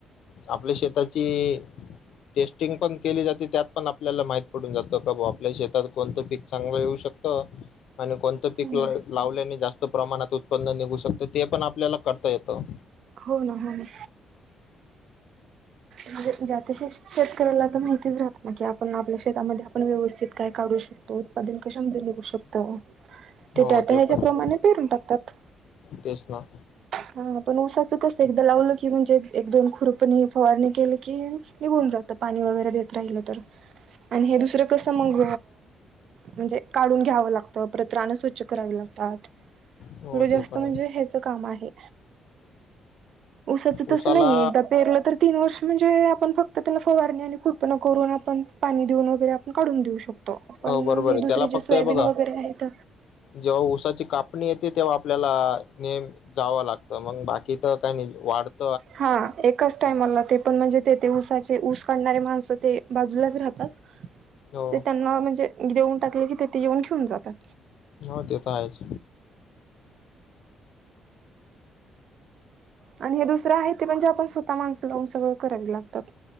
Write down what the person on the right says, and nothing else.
हो ना
हो ना हो ना म्हणजे ज्या त्या शेतकऱ्याला तर माहितीच राहत की आपण आपल्या शेतामध्ये आपण व्यवस्थित काय काढू शकतो उत्पादन कशामध्ये निघू शकत ते
त्या त्या हेच्या
प्रमाणे
पिरून टाकतात
हा पण ऊसाचं कसं एकदा लावलं की म्हणजे एक दोन खुरपणी फवारणी केलं की हे निघून जात पाणी वगैरे देत राहिलं तर आणि हे दुसरं कसं मग म्हणजे काढून घ्यावं लागतं परत रानं स्वच्छ करावी लागत - तात
पुढं जास्त
म्हणजे
ह्याच काम आहे. ऊसाचं तस
नाही एकदा पेरलं तर तीन वर्ष म्हणजे आपण फक्त त्याना फवारणी आणि कुरपन करून आपण पाणी देऊन वगैरे आपण काढून देऊ शकतो. पण
हे
दुसरे
जे
सोयाबीन
वगैरे आहेत
हा एकच टायमला ते पण म्हणजे ते ऊसाचे ऊस काढणारे माणसं ते बाजूलाच राहतात.
ते त्यांना म्हणजे देऊन टाकले की तेथे येऊन घेऊन जातात..
आणि हे दुसर आहे ते म्हणजे आपण स्वत माणस ऊस बरोबर करायला लागतात